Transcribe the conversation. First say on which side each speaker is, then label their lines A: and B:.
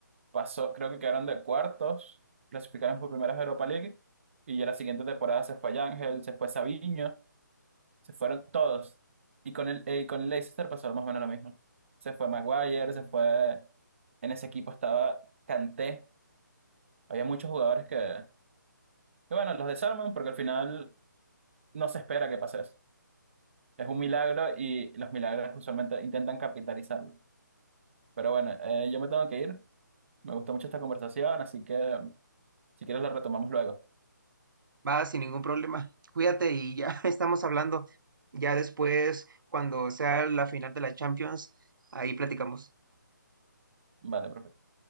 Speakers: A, on the right; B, on the right.
A: pasó, creo que quedaron de cuartos, clasificaron por primera vez a Europa League y ya la siguiente temporada se fue Ángel, se fue Sabiño, se fueron todos. Y con el, eh, y con el Leicester pasó más o menos lo mismo. Se fue Maguire, se fue, en ese equipo estaba Kanté, había muchos jugadores que, que bueno, los desarman porque al final no se espera que pase eso. Es un milagro y los milagros usualmente intentan capitalizarlo. Pero bueno, eh, yo me tengo que ir. Me gustó mucho esta conversación, así que si quieres la retomamos luego.
B: Va, sin ningún problema. Cuídate y ya <laughs> estamos hablando. Ya después, cuando sea la final de la Champions, ahí platicamos.
A: Vale, perfecto.